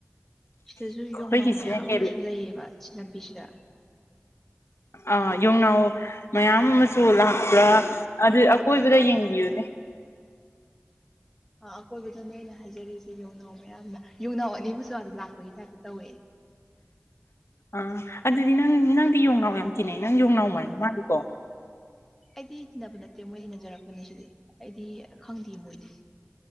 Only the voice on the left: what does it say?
ꯑꯩꯈꯣꯏꯒꯤꯁꯤꯅ
ꯍꯦꯜꯂꯦ
ꯑꯥ ꯌꯣꯡꯅꯥꯎ ꯃꯌꯥꯝ ꯑꯃꯁꯨ ꯂꯥꯛꯄ꯭ꯔꯥ ꯑꯗꯨ ꯑꯀꯣꯏꯕꯗ ꯌꯦꯡꯕꯤꯌꯨꯅꯦ
ꯑꯥ ꯑꯗꯨꯗꯤ ꯅꯪ ꯅꯪꯗꯤ ꯌꯣꯡꯅꯥꯎ ꯌꯥꯝ ꯇꯤꯟꯅꯩ ꯅꯪ ꯌꯣꯡꯅꯥꯎ ꯃꯥꯟꯗꯤ ꯃꯥꯜꯂꯤꯀꯣ